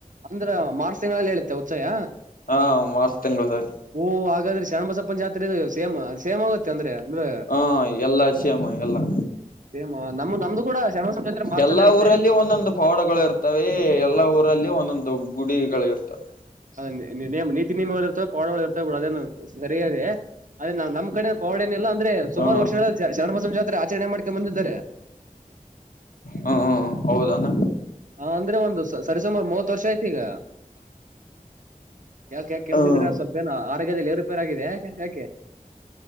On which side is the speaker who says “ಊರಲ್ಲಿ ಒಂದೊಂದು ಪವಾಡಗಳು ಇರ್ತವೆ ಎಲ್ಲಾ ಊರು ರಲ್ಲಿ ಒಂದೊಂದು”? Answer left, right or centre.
Left